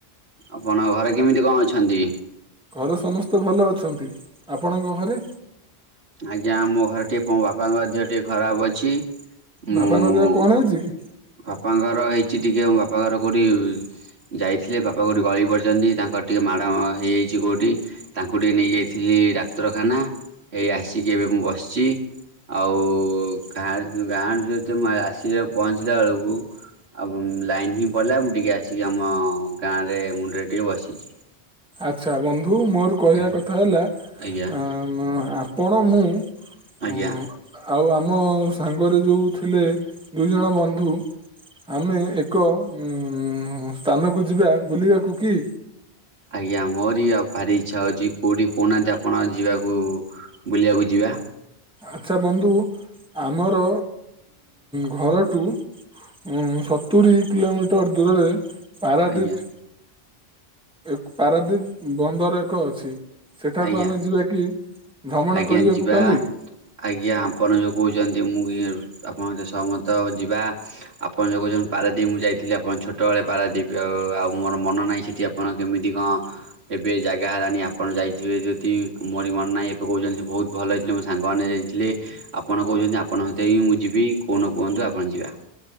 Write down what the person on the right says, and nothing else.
ଆପଣ ଘରେ କେମିତି କଣ ଅଛନ୍ତି?
ଆଜ୍ଞା ଆମୋ ଘରେ ଟିକେ ମୋ ବାପାଙ୍କ ଦିହ ଟିକେ ଖରାପ ଅଛି।
ମୁଁ
ବାପାଙ୍କର ହେଇଛି ଟିକେ ଅମ ବାପାଙ୍କର କଉଠି ଯାଇଥିଲେ, ବାପା କୋଉଠି ଗଳି ପଡିଛନ୍ତି। ତାଙ୍କର ଟିକେ ମାଡ଼ ଅଁ ହେଇଯାଇଛି କୋଉଠି। ତାଙ୍କୁ ଟିକେ ନେଇ ଯାଇଥିଲି ଇ ଡାକ୍ତରଖାନା ଏଇ ଆସିକି ଏବେ ମୁଁ ବସିଚି। ଆଉ ଗାଁ ଗାଁରୁ ଯେତେ ମୁଁ ଆସି ପହଞ୍ଚିଲା କୁ ଆଉ ଲାଇନ୍ ହିଁ ପଲା ମୁଁ ଟିକେ ଆସିକି ଆମ ଗାଁରେ ମୁଣ୍ଡରେ ଟିକେ ବସିଛି।
ଆଜ୍ଞା
ଆଜ୍ଞା
ଆଜ୍ଞା।
ଆଜ୍ଞା ମୋରି ଆଭାରି ଇଚ୍ଛା ହଉଛି, କୋଉଠି କହୁନାହାନ୍ତି? ଆପଣ ଯିବାକୁ ବୁଲିବାକୁ ଯିବା।
ଆଜ୍ଞା
ଆଜ୍ଞା
ଆଜ୍ଞା
ଯିବା
ଆଜ୍ଞା ଆପଣ ଯୋଉ କହୁଛନ୍ତି ମୁଁ ଗି ଆପଣଯେ ସହମତ ଯିବା ଆପଣ ଯଉଁ <unintelligible> ପାରାଦ୍ୱୀପ ମୁଁ ଯାଇଥିଲି ଆପଣ ଛୋଟବେଳେ ପାରାଦ୍ୱୀପି ଅ ଅ ଆଉ ମୋର ମନ ନାହିଁ ସେଠି ଆପଣ କେମିତି କଣ ଏବେ ଜାଗା ହେଲାନି? ଆପଣ ଯାଇଥିବେ ଯଦି ମରି ମନ ନାହିଁ ତ କହୁଛନ୍ତି ସେ ବହୁତ ଭଲ ହେଇଥିଲେ ମୋ ସାଙ୍ଗମାନେ ଯାଇଥିଲେ, ଆପଣ କହୁଛନ୍ତି ଆପଣଙ୍କ ସାତି ହିଁ ମୁଁ ଯିବି, କଉଁ ଦିନ କୁହନ୍ତୁ? ଆପଣ ଯିବା।